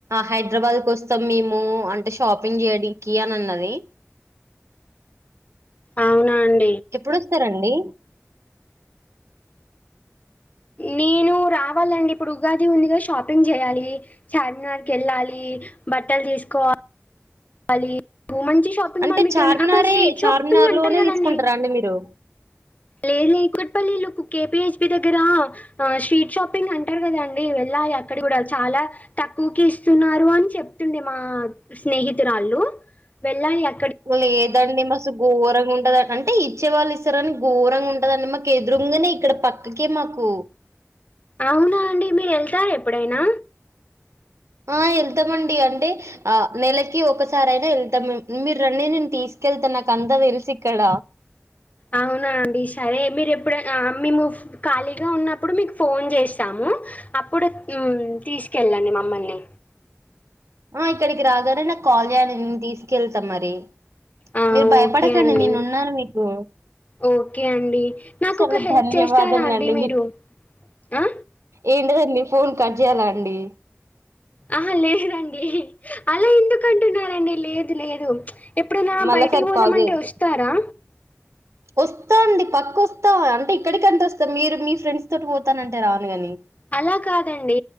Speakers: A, on the right; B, on the left.
A: హైదరాబాద్కి వస్తాం. మేము అంటే షాపింగ్ చేయడానికి అని అన్నది.
B: అవునా అండి.
A: ఎప్పుడోస్తారండి.
B: నేను రావాలండి. ఇప్పుడు ఉగాది ఉందిగా షాపింగ్ చేయాలి. చార్మినార్కి వెళ్ళాలి. బట్టలు తీసుకో వాలి మంచి షాపింగ్
A: అంటే
B: మాల్ మీకెమన్నా
A: చార్మినారే
B: అక్కడ స్వీట్
A: చార్మినార్
B: షాపింగ్ అంటారు
A: లోనే
B: కదండి.
A: తీసుకుంటారా అండి మీరు
B: లేదు లే కూకట్పల్లిలో కేపీ హెచ్ పీ దగ్గర స్ట్రీట్ షాపింగ్ అంటారు. కదాండి వెళ్ళాలి అక్కడ కూడా చాలా తక్కువకె ఇస్తున్నారు అని చెప్తుండే మా స్నేహితు స్నేహితురాలు వెళ్ళాలి అ
A: మళ్ళ ఏదండి మస్తు ఘోరంగా ఉంటద అంటే ఇచ్చే వాళ్ళు ఇస్తారని ఘోరంగా ఉంటదండి. మాకు ఎదురు రాంగనే ఇక్కడ పక్కకే మాకు
B: అవునా అండి. మీరు వెళ్తారా ఎప్పుడైనా
A: ఆ వెళ్తామండి. అంటే ఆ నెలకి ఒకసారి అయినా వెళ్తాం. మీరు రాండి నేను తీసుకెళ్తాను. నాకు అంతా తెలిసి ఇక్కడ
B: అవునా అండి సరే మీరు ఎప్పుడైనా మేము ఖాళీగా ఉన్నప్పుడు మీకు ఫోన్ చేస్తాము. అప్పుడు తీసుకెళ్ళండి మమ్మల్ని
A: ఆ ఇక్కడికి రాగానే నాకు కాల్ చెయ్యండి. నేను తీసుకెళ్తా మరి
B: ఆ
A: మీరు భయపడకండి
B: ఓకే అండి.
A: నేనున్నాను మీకు
B: ఓకే అండి. నాకు
A: చాలా
B: ఒక హెల్ప్
A: ధన్యవాదములండి
B: చేస్తారా అండి. మీరు ఆ
A: ఏంటదండి ఫోన్ కట్ చేయాల అండి
B: ఆహా లేదండి అలా ఏందుకు అంటున్నారండి లేదు లేదు ఎప్పుడన్నా
A: మళ్ళసారి
B: బయటికి పోదామంటే
A: కాల్ చేయద్దు
B: వస్తారా
A: వస్తా అండి పక్క వస్తా అంటే ఇక్కడికి అంటే వస్తా మీరు మీ ఫ్రెండ్స్ తోటి పోతానంటే రాను కాని
B: అలా కాదండి.